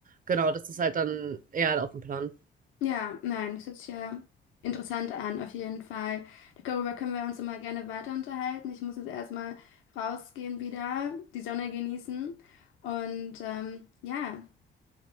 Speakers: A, on the right; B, on the left.
A: Genau, das ist halt dann eher auf dem Plan.
B: Ja, nein, das hört sich ja interessant an, auf jeden Fall. Darüber können wir uns immer gerne weiter unterhalten. Ich muss jetzt erstmal rausgehen wieder, die Sonne genießen. Und ähm, ja,